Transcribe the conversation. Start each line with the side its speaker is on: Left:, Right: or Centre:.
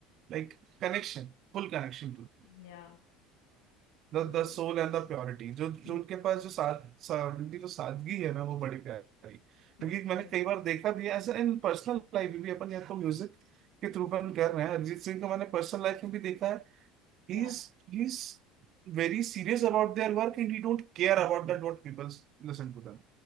Right: like connection full connection to
Left: या
Right: the
Left: तो
Right: the soul and the purity जो जो
Left: हम्म,
Right: उनके पास जो साद सा, उनकी जो सादगी है ना वो बड़ी प्यारी क्योंकि
Left: बिल्कुल
Right: मैंने कई बार देखा भी है, ऐसा इन पर्सनल लाइफ में भी अपन या तो म्यूजिक के थ्रू अपन कर रहे हैं अरिजीत सिंह को मैंने पर्सनल लाइफ में भी देखा है he's
Left: या
Right: he's very serious about their work and he don't care about that what people listen to them